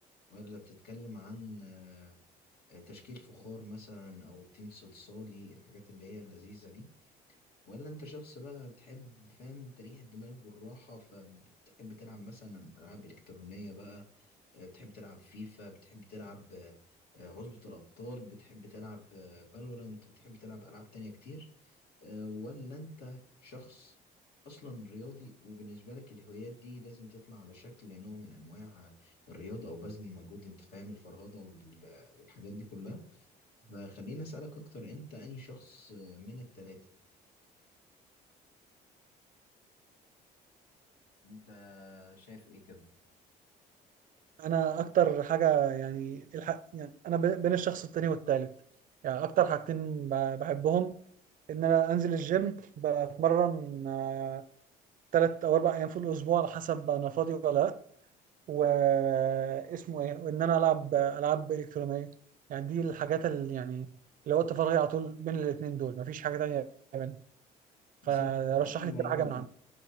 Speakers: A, on the left; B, on the right.
A: ولا بتتكلم عن آه، آه، تشكيل فخار مثلا أو طين صلصالي الحاجات اللي هي اللذيذة دي ولا انت شخص بقى بتحب فاهم تريح الدماغ والراحة فبتحب تلعب مثلا ألعاب إلكترونية بقى آه، بتحب تلعب فيفا بتحب تلعب آه، آه، عصبة الأبطال بتحب تلعب آه، فالورانت بتحب تلعب ألعاب تانية كتير آه، ولا انت شخص أصلا رياضي وبالنسبة لك الهوايات دي لازم تطلع على شكل نوع من أنواع الرياضة أو بذل المجهود أنت فاهم الفرهدة وال- والحاجات دي كلها فخليني أسألك أكتر أنت أنهي شخص آه، من التلاتة انت شايف ايه كده
B: انا اكتر حاجه يعني الحق يعني انا ب- بين الشخص التاني والتالت يعني اكتر حاجتين ب- بحبهم ان انا انزل الجيم بتمرن آه، ثلاث او اربع ايام في الاسبوع على حسب انا فاضي ولا لا واسمه ايه وان انا العب العاب الكترونيه يعني دي الحاجات اللي يعني اللي وقت فراغي على طول بين الاثنين دول مفيش حاجه تانية بين
A: بس
B: فرشح
A: انت بتبقى اي
B: لي
A: ميال
B: كده حاجه من
A: لأ.
B: عندك